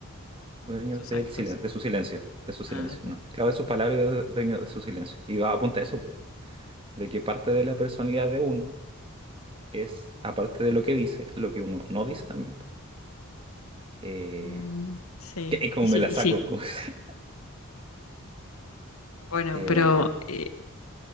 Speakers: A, on the right; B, on the left.
A: dueño
B: tus
A: del
B: actos.
A: silen- de su silencio, de su silencio,
B: Ah,
A: ¿no? Esclavo de sus palabras y due- dueño de su silencio. Y va a apuntar eso, po, de que parte de la personalidad de uno es, aparte de lo que dice, lo que uno no dice también. po. Eh,
B: mm, sí,
A: que es como
B: y sí,
A: me la
B: y
A: saco.
B: sí.
A: como- <laughs>
B: Bueno,
A: eh,
B: pero eh,